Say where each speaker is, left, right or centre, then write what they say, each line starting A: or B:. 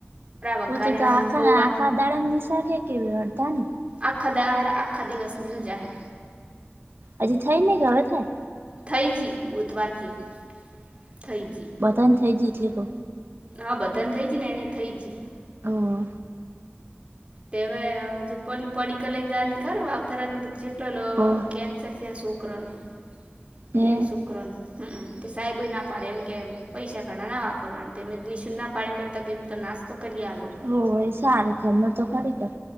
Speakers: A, on the right (about 30°); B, on the right (about 65°).
A: વઘાર્યા
B: પોતે તો આખા
A: ને પૌવા
B: ના આખા દાડાની નિશાળ હે કે અડધા ની
A: આખા દાડ આખા દિવસની રજા હૈ
B: એવુ હજી થાય ને કે હવે થાય
A: થઇ જ બુધવારથી થઈ જ
B: તન થઈ જી એટલે કઉ
A: હા બધાન થઇ જી ને એને થઇ જઈે
B: હા
A: તે જે પલી પડીક લઈ ને જ ને ખરા આવ થરા કેટલો
B: હોવે
A: કેન્સર થી આ સુખ છોકરાને
B: ને
A: તેવીસોકરાને હમમ તે સાહેબ ના પાડે એમ કે પૈસા ઘણા ના વાપરવાના નિશુન ના પાડેને કરતા કેમ તો ના તો કરી આ લોું
B: હો ભાઈ સાર કરરમ તો ખરી કર